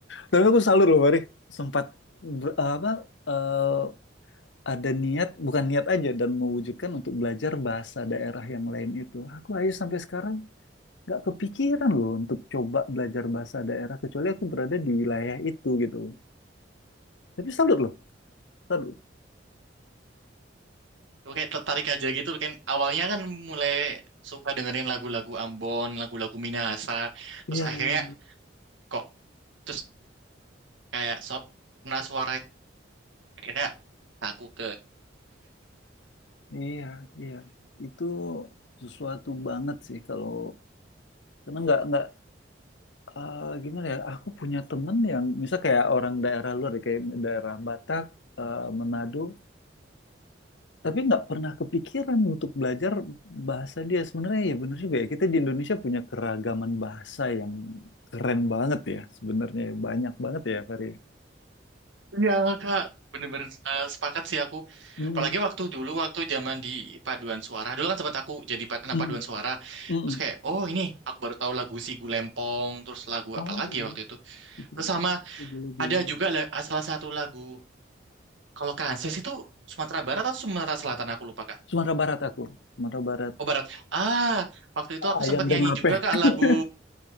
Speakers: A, on the left; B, on the right.
A: Tapi aku salut loh Fahri. Sempat ber- apa eh, ada niat, bukan niat aja dan mewujudkan untuk belajar bahasa daerah yang lain itu. Aku aja sampai sekarang nggak kepikiran loh untuk coba belajar bahasa daerah kecuali aku berada di wilayah itu gitu loh. Tapi salut loh, salut.
B: Lu kayak tertarik aja gitu kan. Awalnya kan mulai suka dengerin lagu-lagu Ambon, lagu-lagu Minahasa. Terus
A: Iya,
B: akhirnya
A: iya,
B: kok terus kayak sob nah suara itu akhirnya aku ke
A: iya, iya. Itu sesuatu banget sih kalau karena nggak nggak eh, gimana ya? Aku punya temen yang misal kayak orang daerah luar, deh, kayak daerah Batak, eh, Manado, tapi nggak pernah kepikiran untuk belajar bahasa dia. Sebenarnya ya bener juga ya. Kita di Indonesia punya keragaman bahasa yang keren banget ya. Sebenarnya ya. banyak banget ya, Fari.
B: Iya kak, bener-bener eh, sepakat sih aku.
A: Mm-mm,
B: Apalagi waktu dulu, waktu zaman di paduan suara. Dulu kan sempat aku jadi pa- anak
A: mm-mm,
B: paduan suara.
A: mm-mm.
B: Terus kayak, oh ini aku baru tahu lagu Sigu Lempong, terus lagu
A: Oh
B: apa lagi
A: iya,
B: ya waktu itu.
A: gitu.
B: Terus sama
A: Boleh, boleh.
B: ada juga la- ah, salah satu lagu, kalau Kanses itu Sumatera Barat atau Sumatera Selatan aku lupa kak.
A: Sumatera Barat aku, Sumatera Barat,
B: Oh Barat. Ah, waktu itu aku
A: ayam
B: sempat nyanyi
A: dan lape.
B: juga kak
A: <laughs>
B: lagu